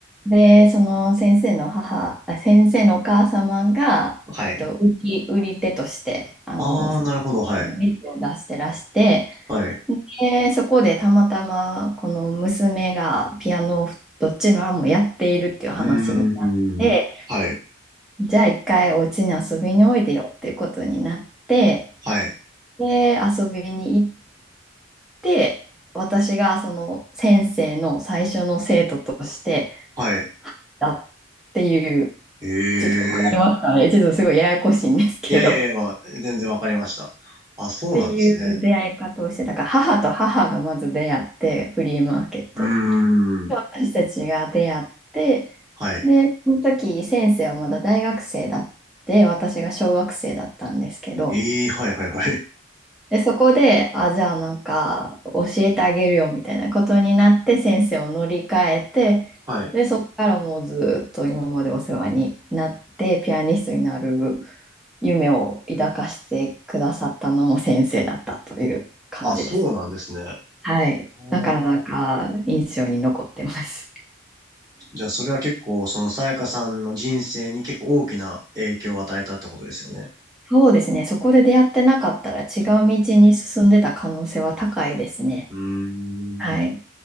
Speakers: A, in the centre; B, on the right.
A: で、その先生の母、あ先生のお母様が、
B: はい。
A: えっと、売り、売り手として、あの、
B: ああ、なるほど、はい、
A: あの店を出してらして、
B: はい、
A: で、そこでたまたまこの娘がピアノをどっちの案もやっているっていう話になって、
B: うーんはい、
A: じゃあ一回お家に遊びにおいでよっていうことになって、
B: はい、
A: で、遊びに行って、私がその先生の最初の生徒として
B: はい。
A: だっていう、
B: ええ。
A: ちょっとわかりますかねちょっとすごいややこしいんですけど。
B: いやいやいや、
A: っ
B: まあ、全然わかりました。あ、そうなんですね。
A: ていう出会い方をして、だから母と母がまず出会って、フリーマーケットで。
B: うーん、
A: 私たちが出会って、
B: はい。
A: で、その時先生はまだ大学生だって、私が小学生だったんですけど、
B: ええ、はい、はい、はい。
A: で、そこで、あ、じゃあなんか教えてあげるよみたいなことになって先生を乗り換えて、
B: はい
A: で、そこからもうずっと今までお世話になって、ピアニストになる夢を抱かしてくださったのも先生だったという感じですね。
B: あ、そうなんですね。
A: はい。
B: あー
A: なかなか印象に残ってます。
B: じゃあ、それは結構、そのさやかさんの人生に結構大きな影響を与えたってことですよね。
A: そうですね。そこで出会ってなかったら違う道に進んでた可能性は高いですね。
B: うーん、
A: はい。